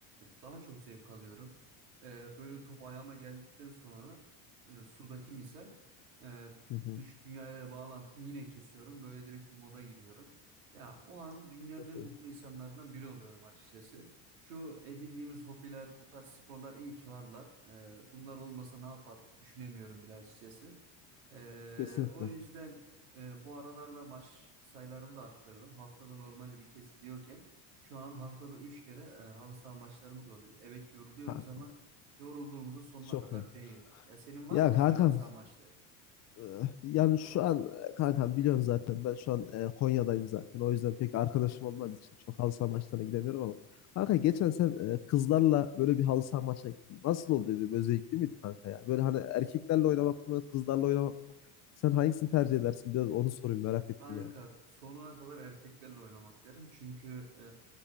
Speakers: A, on the right; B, on the left.
A: daha çok zevk alıyorum. E, böyle top ayağıma geldikten sonra e, sudaki misal e,
B: Hı hı.
A: dış dünyayla bağlantımı yine kesiyorum. Böyle direkt bir moda giriyorum. Ya o an dünyanın
B: Çok
A: en
B: iyi.
A: mutlu insanlarından biri oluyorum açıkçası. Şu edindiğimiz hobiler, bu tarz sporlar iyi ki varlar. E, bunlar olmasa ne yapardık düşünemiyorum bile açıkçası. Ee,
B: Kesinlikle.
A: o yüzden ee, bu aralarda maç sayılarımı da arttırdım. Haftada normalde bir kez gidiyorken şu an haftada 3 kere e, halı saha maçlarımız oluyor. Evet yoruluyoruz
B: Kankam.
A: ama yorulduğumuzu sonuna
B: Çok
A: kadar
B: iyi.
A: değiyor. Ya senin var
B: Ya
A: mı
B: kankam.
A: böyle halı saha maçları?
B: Ee, Yani şu an e, kankam biliyorsun zaten ben şu an e, Konya'dayım zaten. O yüzden pek arkadaşım olmadığı için çok halı saha maçlarına gidemiyorum ama. Kanka geçen sen e, kızlarla böyle bir halı saha maçına gittin. Nasıl oluyordu? Böyle zevkli miydi kanka ya? Böyle hani erkeklerle oynamak mı, kızlarla oynamak mı? Sen hangisini tercih edersin? Biraz onu sorayım merak ettim
A: Kanka
B: yani.
A: sonuna kadar erkeklerle oynamak derim. Çünkü